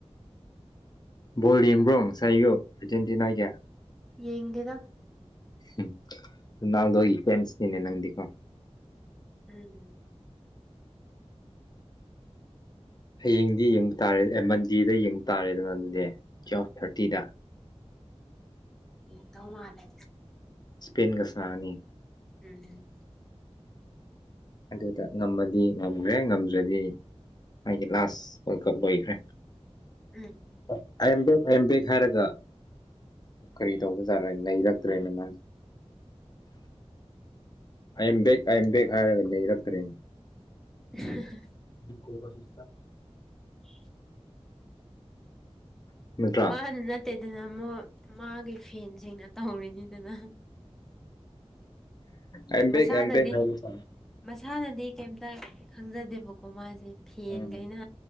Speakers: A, on the left; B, in the centre.
A: ꯕꯣꯜ ꯌꯦꯡꯕꯔꯣ ꯉꯁꯥꯏ ꯑꯌꯨꯛ ꯑꯔꯒꯦꯟꯇꯤꯅꯥ ꯒꯤ꯫
B: ꯌꯦꯡꯗꯦꯗ
A: ꯎꯝ ꯅꯜꯗꯒꯤꯤ ꯀꯟꯁꯇꯅꯦ ꯅꯪꯗꯤꯒꯣ
B: ꯎꯝ꯫
A: ꯍꯌꯦꯡꯗꯤ ꯌꯦꯡꯕ ꯇꯥꯔꯦ ꯃꯟꯗꯦꯗ ꯌꯦꯡꯕ ꯇꯥꯔꯦꯗꯅ ꯑꯗꯨꯗꯤ ꯇꯨꯌꯦꯜꯐ ꯊꯥꯔꯇꯤꯗ ꯫
B: ꯏꯗꯧ ꯃꯥꯜꯂꯦ꯫
A: ꯁ꯭ꯄꯦꯟꯒ ꯁꯅꯒꯅꯤ꯫
B: ꯎꯝ꯫
A: ꯑꯗꯨꯗ ꯉꯝꯃꯗꯤ ꯉꯝꯈ꯭ꯔꯦ ꯉꯝꯗ꯭ꯔꯗꯤ꯫ ꯑꯩꯒꯤ ꯂꯥꯁ ꯋꯥꯔꯜ ꯀꯞ ꯂꯣꯢꯈ꯭ꯔꯦ꯫
B: ꯎꯝ
A: ꯑ I am back I am back ꯍꯥꯢꯔꯒ ꯀꯔꯤ ꯇꯧꯕꯖꯥꯔꯦ ꯅꯩꯔꯛꯇ꯭ꯔꯦꯅ ꯃꯥꯁꯦ꯫ ꯑꯦꯝ ꯗꯦꯛ ꯑꯦꯝꯗꯦꯛ ꯍꯥꯏꯔꯒ ꯅꯔꯛꯇ꯭ꯔꯤꯅꯦ꯫
B: <unintelligible>
A: <unintelligible>
B: <unintelligible>
A: ꯅꯠꯇ꯭ꯔꯥ
B: ꯃꯥꯅ ꯅꯠꯇꯦꯗꯅ ꯑꯃꯨꯛ ꯃꯥꯒꯤ ꯐꯦꯟꯁꯤꯡꯅ ꯇꯧꯔꯤꯅꯤꯗꯅ
A: ꯑꯥꯝ ꯕꯦꯛ
B: ꯃꯁꯥꯅꯗꯤ
A: ꯑꯥꯝ ꯕꯦꯛ ꯍꯥꯏꯕꯇꯥ
B: ꯃꯁꯥꯅꯗꯤ ꯀꯩꯝꯇ ꯈꯪꯖꯗꯦꯕꯀꯣ ꯃꯥꯁꯦ ꯐꯦꯟꯈꯩꯅ
A: ꯎꯝ